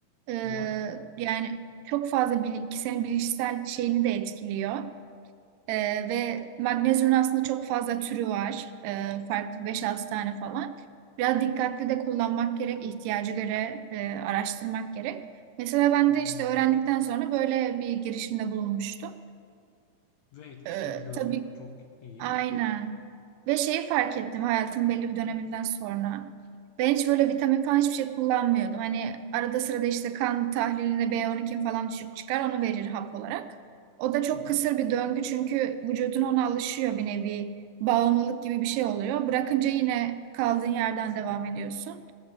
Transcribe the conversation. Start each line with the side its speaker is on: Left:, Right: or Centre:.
Right: Ee,
Left: Vay be.
Right: yani çok fazla bilik, senin bilişsel şeyini de etkiliyor. Ee, ve magnezyumun aslında çok fazla türü var. Ee, farklı beş altı tane falan. Biraz dikkatli de kullanmak gerek. ihtiyacı göre e, araştırmak gerek. Mesela ben
Left: Hıı.
Right: de işte öğrendikten sonra böyle bir girişimde bulunmuştum.
Left: Ve etkisini
Right: Ee,
Left: gördün.
Right: tabii
Left: Çok iyi.
Right: Aynen. Ve şeyi fark ettim hayatımın belli bir döneminden sonra. Ben hiç böyle vitamin falan hiçbir şey kullanmıyordum. Hani arada sırada işte kan tahliline B12 falan düşük çıkar onu verir hap olarak. O da çok
Left: Hı hı.
Right: kısır bir döngü çünkü vücudun ona alışıyor bir nevi bağımlılık gibi bir şey oluyor. Bırakınca yine kaldığın yerden devam ediyorsun.